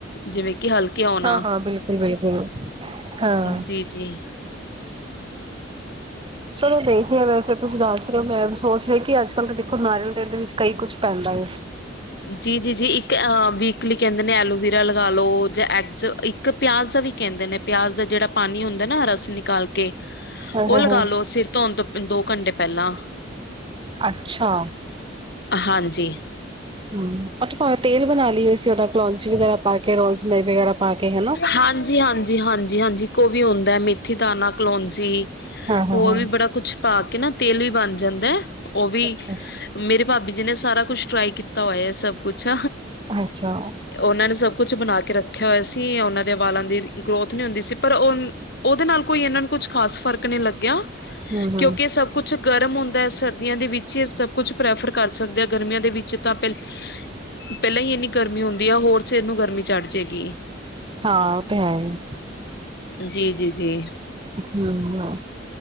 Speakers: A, on the left; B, on the right.
A: ਜਿਵੇਂ ਕਿ ਹਲਕੇ ਹੋਣ
B: ਹਾਂ ਹਾਂ ਬਿਲਕੁਲ ਬਿਲਕੁਲ ਹਾਂ
A: ਜੀ। ਜੀ।
B: ਚਲੋ ਦੇਖਦੇ ਵੈਸੇ ਤੁਸੀ ਦਸ ਰੇ ਓ ਮੈਂ ਸੋਚ ਰਈ ਕਿ ਅੱਜ ਮਤਲਬ ਦੇਖੋ ਨਾਰੀਯਲ ਤੇਲ ਦੇ ਵਿੱਚ ਕਈ ਕੁੱਛ ਪੈਂਦਾ ਏ।
A: ਜੀ- ਜੀ- ਜੀ ਇੱਕ ਅ ਵੀਕਲੀ ਕਹਿੰਦੇ ਨੇ ਐਲੋਵੀਰਾ ਲਗਾਲੋ ਜਾਂ ਐਗਜ਼ ਇੱਕ ਪਆਜ਼ ਦਾ ਵੀ ਕਹਿੰਦੇ ਨੇ ਪਆਜ਼ ਦਾ ਕੇਦਾ ਜੇੜਾ ਪਾਣੀ ਹੁੰਦੈ ਨਾ ਰਸ ਨਿਕਾਲ ਕੇ ਤੇ
B: ਹੋ
A: ਉਹ
B: ਹੋ
A: ਲਗਾ
B: ਹੋ
A: ਲੋ ਸਿਰ ਧੋਣ ਤੋਂ ਦੋ ਘੰਟੇ ਪਹਲਾਂ।
B: ਅੱਛਾ
A: ਹਾਂਜੀ।
B: ਉਹ ਤੇ ਪਾਂਵੇ ਤੇਲ ਬਣਾ ਲਈਏ ਅਸੀ ਉਦਾ ਕਲੋਂਚੀ ਵਗੈਰਾ ਪਾ ਕੇ, ਰੋਜ਼ਮਰੀ ਵਗੈਰਾ ਪਾ ਕੇ ਹਨਾ।
A: ਹਾਂਜੀ, ਹਾਂਜੀ, ਹਾਂਜ। ਜੀ ਹਾਂਜੀ। ਇਕ ਉਹ ਵੀ ਹੋਦਾ ਮੇਥੀ ਦਾਨਾ, ਕਲੋਂਜੀ
B: ਹਾਂ ਹਾਂ
A: ਹੋਰ
B: ਹਾਂ
A: ਵੀ ਬੜਾ ਕੁਛ ਪਾ ਕੇ ਨਾ ਤੇਲ ਵੀ ਬਣ ਜਾਂਦੈ ਹੈ ਉਹ ਵੀ
B: ਅੱਛਾ
A: ਮੇਰੇ ਭਾਬੀ ਜੀ ਨੇ ਸਾਰਾ ਕੁਛ ਟਰਾਈ ਕੀਤਾ ਹੋਯੈ ਸਭ ਕੁਛ।
B: ਹਛਾ।
A: ਅਓਨਾਂ ਨੇ ਸਭ ਕੁਛ ਬਣਾ ਕੇ ਰੱਖਯਾ ਹੋਯਾ ਸੀ, ਔਨਾਂ ਦੇ ਵਾਲਾਂ ਦੀ ਗਰੋਥ ਨੀ ਹੁੰਦੀ ਸੀ। ਪਰ ਉਹ ਉਹਦੇ ਨਾਲ ਕੋਈ ਇਨਾਂ ਨੂੰ ਕੁਛ ਖ਼ਾਸ ਫ਼ਰਕ ਨਹੀਂ ਲੱਗਿਆ
B: ਹੂੰ ਹੂੰ
A: ਕਿਉਂਕਿ ਸਭ ਕੁਛ ਗਰਮ ਹੁੰਦਾ ਹੈ। ਸਰਦੀਆਂ ਦੇ ਵਿੱਚ ਹੀ ਸਭ ਕੁਛ ਪ੍ਰੈਫਰ ਕਰ ਸਕਦੇ ਆ, ਗਰਮੀਆਂ ਦੇ ਵਿੱਚ ਤਾਂ ਪਰ ਪੈਲਾਂ ਈ ਇੰਨੀ ਗਰਮੀ ਹੁੰਦੀ ਆ ਹੋਰ ਸਿਰ ਨੂੰ ਗਰਮੀ ਚੜ੍ ਜੇ ਗੀ।
B: ਹਾਂ ਉਹ ਤੇ ਹੈ।
A: ਜੀ- ਜੀ- ਜੀ।
B: ਹਮ